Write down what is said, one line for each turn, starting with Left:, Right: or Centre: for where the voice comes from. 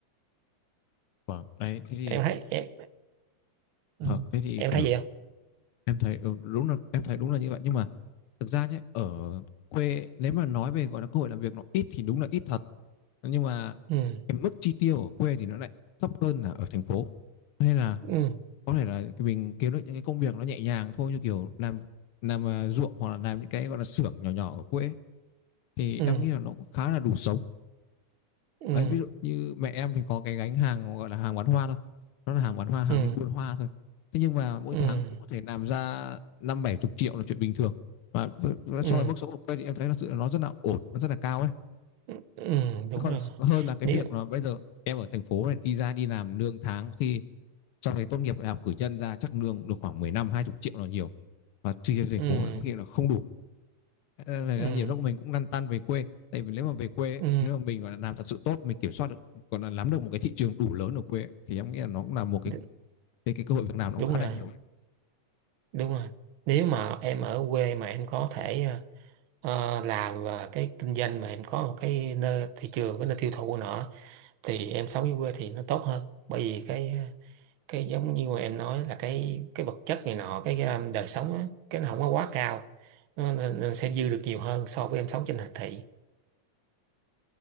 Left: vâng đấy thế thì
Right: em thấy em ừ.
Left: vâng thế thì
Right: em
Left: kiểu
Right: thấy vậy không
Left: em thấy ừ, đúng là em thấy đúng là như vậy nhưng mà thực ra nhé ở quê ấy, nếu mà nói về gọi là cơ hội làm việc nó ít thì đúng là ít thật nhưng mà
Right: ừ.
Left: cái mức chi tiêu ở quê thì nó lại thấp hơn là ở thành phố nên là
Right: ừ
Left: có thể là mình kiếm được những cái công việc nó nhẹ nhàng thôi như kiểu làm làm ờ, ruộng hoặc là làm những cái gọi là xưởng nhỏ nhỏ ở quê ấy. thì
Right: ừ
Left: em nghĩ là nó cũng khá là đủ sống
Right: ừ
Left: đấy ví dụ như mẹ em thì có cái gánh hàng gọi là hàng bán hoa thôi nó là hàng bán hoa hàng
Right: ừ
Left: đi buôn hoa thôi thế nhưng mà mỗi
Right: ừ
Left: tháng cũng có thể làm ra năm bảy chục triệu là chuyện bình thường và với- với- so
Right: ừ
Left: với mức sống ở quê thì em thấy là sự nó rất là ổn nó rất là cao ấy
Right: ừ ừ, đúng
Left: thế còn
Right: rồi
Left: hơn là cái
Right: nếu
Left: việc là bây giờ em ở thành phố này đi ra đi làm lương tháng khi sau này tốt nghiệp đại học cử nhân ra chắc lương được khoảng mười lăm hai 20 triệu là nhiều và chi tiêu thành
Right: ừ
Left: phố có khi là không đủ Ờ, là
Right: ừ
Left: nhiều lúc mình cũng lăn tăn về quê tại vì nếu mà về quê ấy,
Right: ừ
Left: nếu mà mình gọi là làm thật sự tốt mình kiểm soát được còn là nắm được một cái thị trường đủ lớn ở quê ấy, thì em nghĩ là nó cũng là một cái
Right: đ-
Left: cái, cái cơ hội việc làm nó
Right: đúng
Left: cũng khá
Right: rồi
Left: là nhiều đấy.
Right: đúng rồi nếu mà em ở quê mà em có thể ờ, ờ, làm và cái kinh doanh mà em có một cái nơi thị trường cái nơi tiêu thụ của nó thì em sống dưới quê thì nó tốt hơn bởi vì cái cái giống như mà em nói là cái cái vật chất này nọ cái, um, đời sống á cái nó không có quá cao nó, nó, nó sẽ dư được nhiều hơn so với em sống trên thành thị